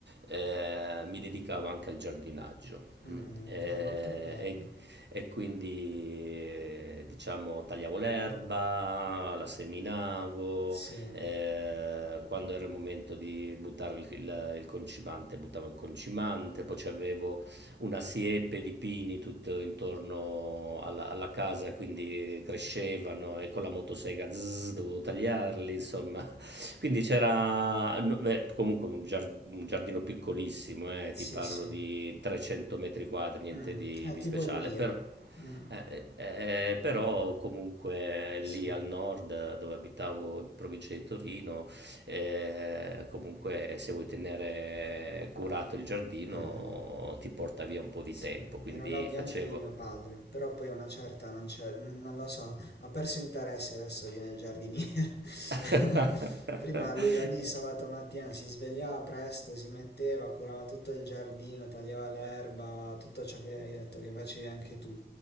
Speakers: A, on the right (about 80°); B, on the left (about 70°).
A: eh, mi dedicavo anche al giardinaggio.
B: Mm,
A: mm. Eh,
B: mm, è molto bello,
A: e, e quindi, eh, diciamo, tagliavo l'erba, la seminavo,
B: sì,
A: eh, quando era il momento di buttare il, il- il concimante, buttavo il concimante, poi c'avevo una siepe di pini tutto intorno alla, alla casa, quindi crescevano e con la motosega zzz, dovevo tagliarli, insomma. <laughs> Quindi c'era no, beh, comunque un, giard- un giardino piccolissimo, eh,
B: sì,
A: ti parlo
B: sì.
A: di 300 metri quadri, niente
B: Mh,
A: di,
B: è
A: di
B: tipo
A: speciale,
B: il mio.
A: però...
B: Mh,
A: Eh, eh, eh, però comunque lì
B: sì.
A: al nord eh, dove abitavo in provincia di Torino eh, comunque se vuoi tenere curato il giardino
B: Mh-mh,
A: ti porta via un po' di
B: sì.
A: tempo, quindi
B: Era l'hobby
A: facevo...
B: anche di mio padre, però poi a una certa non c'è n non lo so, ha perso interesse, adesso viene il giardiniere.
A: <laughs>
B: <laughs> Prima lui ogni sabato mattina si svegliava presto, si metteva, curava tutto il giardino, tagliava l'erba, tutto ciò che hai detto che facevi anche tu.